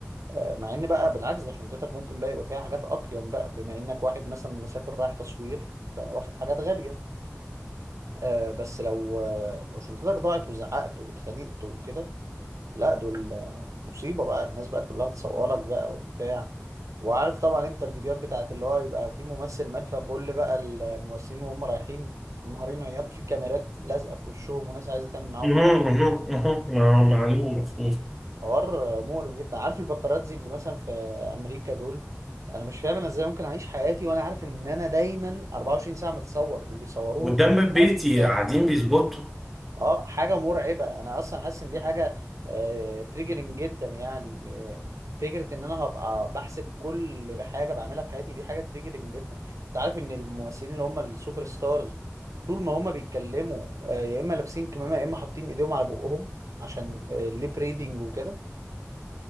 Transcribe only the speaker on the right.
آه، مع ان بقى بالعكس ده شنطتك ممكن بقى يبقى فيها حاجات اقيم بقى بما انك واحد مثلا مسافر رايح تصوير فواخد حاجات غالية آه، بس لو آه، لو شنطتك ضاعت وزعقت واتخانقت وكده لا دول آه، مصيبة بقى الناس بقى كلها تصورك بقى وبتاع وعارف طبعا انت الفيديوهات بتاعت اللي هو يبقى في ممثل مات فكل بقى الممثلين وهم رايحين منهارين عياط في كاميرات لازقة في وشهم وناس عايزة تعمل معاهم
حوار مقرف جدا عارف الباباراتزي اللي مثلا في امريكا دول انا مش فاهم انا ازاي ممكن اعيش حياتي وانا عارف ان انا دايما 24 ساعه متصور دول بيصوروهم
24 ساعه
اه حاجه مرعبه انا اصلا حاسس ان دي حاجه آه تريجرنج جدا يعني م- فكره ان انا هبقى بحسب كل حاجه بعملها في حياتي دي حاجه تريجرنج جدا انت عارف ان الممثلين اللي هم السوبر ستارز طول ما هم بيتكلموا آه يا اما لابسين كمامه يا اما حاطين ايديهم على بقهم عشان الليب ريدنج وكده